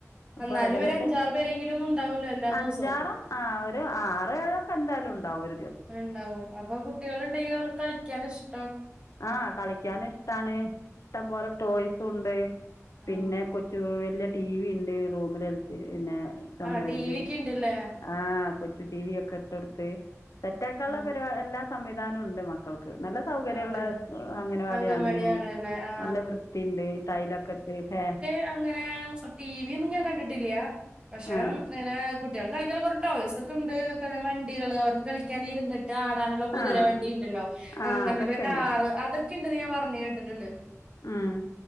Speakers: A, on the left; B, on the right.
A: അപ്പൊ
B: എന്നാലും
A: ഏകദേശം
B: ഒരു അഞ്ചാറ് പേരെങ്കിലും ഉണ്ടാവല്ലോ എല്ലാ
A: അഞ്ചാറും
B: ദിവസവും
A: ആ ഒരു ആറ ഏഴക്കെ എന്താലും ഉണ്ടാവുല്ലോ
B: ഉണ്ടാവും അപ്പൊ കുട്ടികൾ ഉണ്ടെങ്കിൽ അവർക്ക് കളിക്കാൻ ഇഷ്ടം
A: ആ കളിക്കാന ഇഷ്ടാണ് ഇഷ്ടം പോലെ ടോയ്സും ഉണ്ട് പിന്നെ
B: ഉം
A: കൊച്ചു വേലിയ ടിവി ഉണ്ട് റൂമിൽളച്ച് പിന്നെ ചുമുമരയില്
B: ആ ടി വി ഒക്കെ ഉണ്ടല്ലേ
A: ആഹ് കൊച്ചു ടിവി ഒക്കെ ഇട്ട് കൊടുത്ത് സെറ്റ് ആക്കാനുള്ള
B: ആ
A: പരി എല്ലാ സംവിധാനവും ഉണ്ട് മക്കൾക്ക് നല്ല സൗകര്യഉള്ള
B: അതെ
A: അങ്ങനവാടിയാണ്
B: അങ്കൻവാടിയാണല്ലേ ആ
A: നല്ല വൃത്തി ഉണ്ട് ടൈലൊക്കെ ഇട്ട് ഫാൻ
B: ഇവിടെ അങ്ങനെ ടിവി ഒന്നും ഞാൻ കണ്ടിട്ടില്ല പക്ഷെ
A: ആഹ്
B: ഇങ്ങനെ കുട്ടികൾക്ക് കളിക്കൻ കുറെേ ടോയ്സ് ഒക്കെ ഉണ്ട് കള വണ്ടികള് അവർക്ക് കളിക്കാന് ഇരുന്ന് ആടാനുള്ള കുതിരവണ്ടി
A: ആഹ്
B: ഉണ്ടല്ലോ
A: ആഹ്
B: അങ്ങനെയുള്ള
A: അതൊക്കെ
B: കാറ്
A: ഉണ്ട്
B: അതൊക്കെ ഉണ്ടെന്ന് ഞാൻ പറഞ്ഞ് കേട്ടിട്ടുണ്ട്
A: ഉം